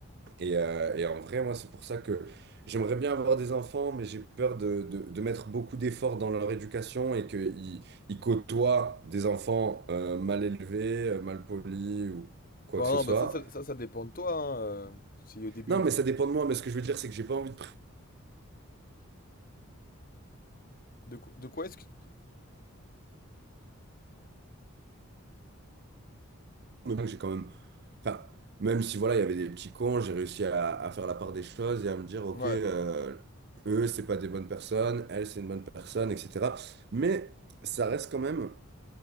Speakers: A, on the right (about 45°); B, on the left (about 40°).
A: Et, euh, et en vrai, moi, c'est pour ça que j'aimerais bien avoir des enfants, mais j'ai peur de, de- de mettre beaucoup d'efforts dans leur éducation et qu'ils ils côtoient des enfants euh, mal élevés, euh, mal polis ou quoi
B: Bon,
A: que
B: non,
A: ce soit.
B: bah ça, ça, ça, ça dépend de toi, hein, euh, si au début.
A: Non, mais ça dépend de moi. Mais ce que je veux dire, c'est que j'ai pas envie de prendre.
B: De, quoi- de quoi est-ce que...
A: le J'ai quand même. Enfin, même si voilà, il y avait des petits cons, j'ai réussi à, à faire la part des choses et à me dire, OK,
B: Ouais,
A: euh, eux, c'est pas des bonnes personnes, elle, c'est une bonne personne, etc. Mais ça reste quand même.